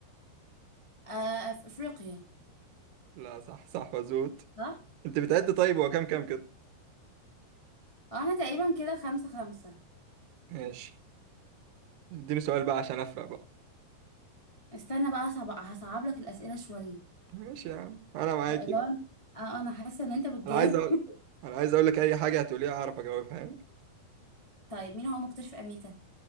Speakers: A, on the left (about 40°); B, on the right (about 75°).
A: آه في افريقيا
B: لا صح صح مظبوط
A: صح؟
B: أنت بتعد طيب هو كام كام كده
A: اه احنا تقريبا كده خمسة خمسة
B: ماشي اديني سؤال بقى عشان أفرق بقى
A: استنى بقى هصعب هصعب لك الأسئلة شوية
B: ماشي يا عم أنا معاك
A: آه، لو اه انا حاسة ان انت بتجاوب
B: انا عايز اقول
A: <laughs>
B: انا عايز اقول لك اي حاجه هتقوليها اعرف اجاوبها فاهم
A: طيب مين هو مكتشف امريكا؟